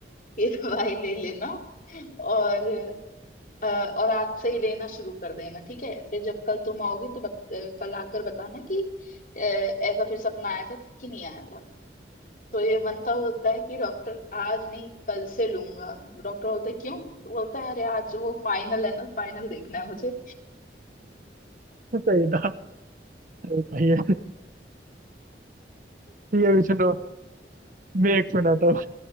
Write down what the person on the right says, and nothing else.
सही था सही था ये ठीक है भी सुनो मैं एक सुनाता हूँ